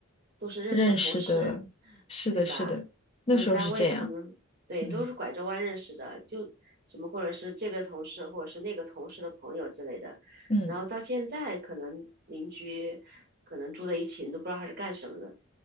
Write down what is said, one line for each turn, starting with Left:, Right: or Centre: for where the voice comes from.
Right: 都是认识的同事，
Left: 认识的，是的，
Right: 对吧？
Left: 是的，那时候是这样。
Right: 那单位可能对都是拐着弯认识的，
Left: 嗯
Right: 就什么或者是这个同事或者是那个同事的朋友之类的。
Left: 嗯，
Right: 然后到现在可能邻居可能住在一起，你都不知道他是干什么的，